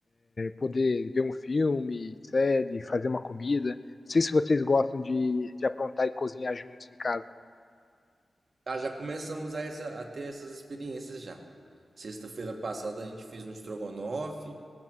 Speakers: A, on the left; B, on the right.
A: poder ver um filme, série, fazer uma comida. Não sei se vocês gostam de, de aprontar e cozinhar juntos em casa.
B: Ah, já começamos a, essa, a ter essas experiências já. Sexta-feira passada a gente fez um estrogonofe